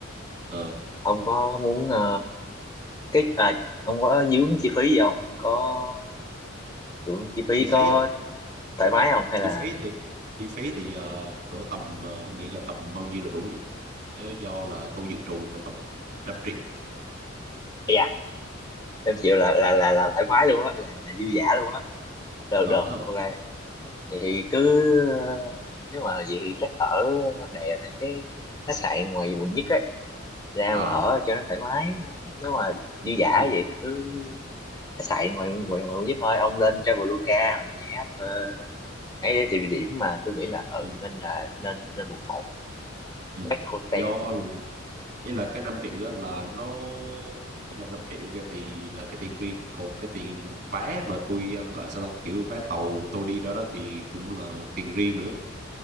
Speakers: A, on the right (about 45°); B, on the left (about 20°).
A: ờ,
B: Ông có muốn ờ, cái à, ông có dướng chi phí gì không? Có dướng chi phí
A: chi
B: có
A: phí à
B: thoải mái không? Hay là?
A: chi phí thì chi phí thì ờ, cỡ tầm ờ, ông nghĩ là tầm bao nhiêu là đủ nhỉ Thế do là tôi dự trù cỡ tầm trăm triệu
B: Dạ. em chịu là là là là thoải mái luôn á là là dư dả luôn á được
A: ờ
B: được
A: ha.
B: ok vậy thì cứ ờ, nếu mà vậy thì chắc ở đè này cái khách sạn ngoài quận nhất ấy ra
A: à
B: mà ở cho nó thoải mái nếu mà
A: ừ,
B: dư dả
A: ừ,
B: vậy thì cứ khách sạn ngoài ngoài, ngoài quận nhất thôi ông lên Traveloka hoặc là mấy app ờ, ấy thì địa điểm mà tôi nghĩ là ừ
A: ừ,
B: nên là nên nên quận một
A: ừ.
B: Black Hotel
A: do là ý là cái 5 triệu á là nó ý là 5 triệu kia thì là cái tiền riêng còn cái tiền vé mà tôi ờ, gọi sao ta kiểu vé tàu tôi đi đó đó thì cũng là tiền riêng nữa